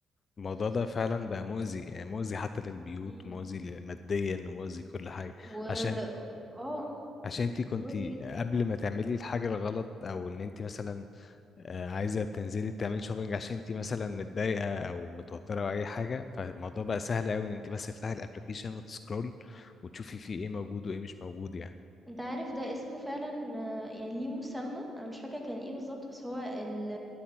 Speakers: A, on the left; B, in the centre.
A: الموضوع ده فعلا بقى مؤذي يعني مؤذي حتى للبيوت
B: مم.
A: مؤذي ل- ماديا ومؤذي كل حاجة
B: و اه
A: عشان
B: آه،
A: عشان انت كنت
B: مؤذي جدا
A: قبل ما تعملي الحاجة الغلط او ان انت مثلا آه، عايزة تنزلي تعملي شوبينج عشان انت مثلا متضايقة او متوترة او اي حاجة فالموضوع بقى سهل قوي ان انت بس تفتحي الابلكيشن وتسكرول وتشوفي فيه ايه موجود وايه مش موجود يعني
B: انت عارف ده اسمه فعلا آه، يعني ليه مسمى انا مش فاكره كان ايه بالظبط بس هو ال...